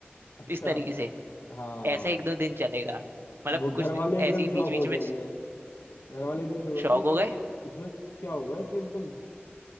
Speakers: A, on the left; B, on the right.
A: अच्छा
B: इस तरीके से
A: हाँ
B: ऐसा एक दो दिन चलेगा मतलब
A: वो घर
B: कुछ दि-
A: वाले
B: ऐसे
A: एकदम
B: ही
A: शौक
B: बीच बीच
A: हो जाएंगे
B: में
A: घर वाले एकदम शौक होंगे
B: शौक
A: कि
B: हो
A: पहले
B: गए
A: इसको क्या हुआ है इसको एकदम